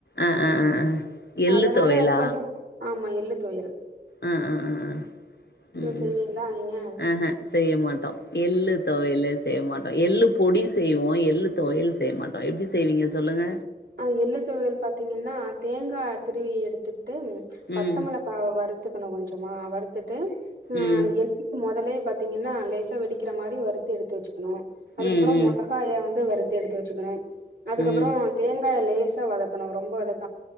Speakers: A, on the left (about 75°); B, on the right (about 70°).
A: அ அ அ அ எள்ளு
B: அதனால
A: தொவையலா
B: அது கொஞ்சோ ஆமா எள்ளு தொவ்யல்
A: அ அ அ அ ம்
B: செய்வீங்களா நீங்க
A: அ ஹ செய்ய மாட்டோ எள்ளு தொவையல செய்ய மாட்டோ எள்ளு பொடி செய்வோ எள்ளு தொவையல் செய்ய மாட்டோ எப்டி செய்வீங்க சொல்லுங்க
B: அ எள்ளு தொவையல் பாத்தீங்கன்னா தேங்கா துருவி எடுத்து பட்டமொளகா
A: ம்
B: வரதுக்குணு கொஞ்சு டுமா வருத்துட்டு நா
A: ம்
B: <inaudible> மொதலே பாத்தீங்கனா லேசா வெடிக்கிற மாரி வறுத்து எடுத்து வச்சுக்ணு அதுக்கப்றோ
A: ம் ம்
B: மொளகாய வந்து வறு த்து எடுத்து வச்சுக்ணு அதுக்கப்பறோ
A: ம்
B: வெங்காய லேசா வதக்கனு ரொம்ப வதக்